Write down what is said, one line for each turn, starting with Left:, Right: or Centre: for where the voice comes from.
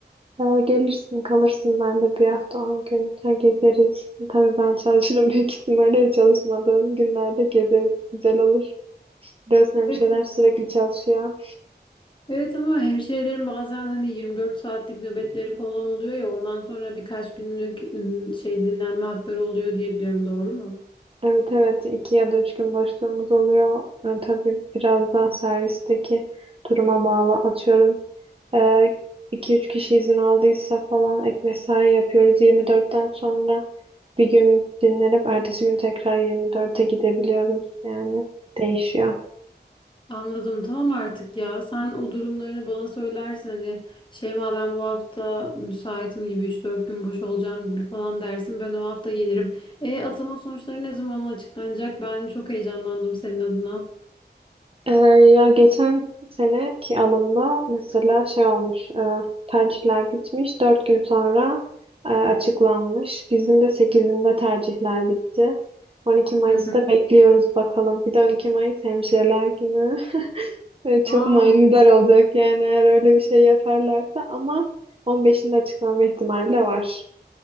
Right: Ee, gelirsin kalırsın ben de bir hafta on gün ha, gezeriz. Tabii ben çalışırım <laughs> büyük ihtimalle çalışmadığım günlerde gezeriz. Güzel olur. Biliyorsun hemşireler
Left: Evet,
Right: sürekli çalışıyor.
Left: evet ama hemşirelerin bazen hani 24 saatlik nöbetleri falan oluyor ya ondan sonra birkaç günlük ım, şey dinlenme hakları oluyor diye biliyorum doğru mu?
Right: Evet evet iki ya da üç gün boşluğumuz oluyor. Ee, tabii biraz da servisteki duruma bağlı atıyorum. Ee, iki üç kişi izin aldıysa falan ek mesai yapıyoruz. 24'ten sonra bir gün dinlenip ertesi gün tekrar 24'e gidebiliyoruz. Yani değişiyor.
Left: Anladım. Tamam artık ya. Sen o durumlarını bana söylersin. Hani Şeyma ben bu hafta müsaitim gibi üç dört gün boş olacağım gibi falan dersin. Ben o hafta gelirim. E atama sonuçları ne zaman açıklanacak? Ben çok heyecanlandım senin adına.
Right: Ee, ya geçen seneki alımda mesela şey olmuş, e, tercihler bitmiş, dört gün sonra e, açıklanmış. Bizim de sekizinde tercihler bitti. on iki Mayıs'ta
Left: Hı hı.
Right: bekliyoruz bakalım. Bir de 12 Mayıs Hemşireler Günü. <laughs> Ee, çok
Left: Aa,
Right: manidar olacak yani eğer öyle bir şey yaparlarsa ama 15'inde açıklanma ihtimali de var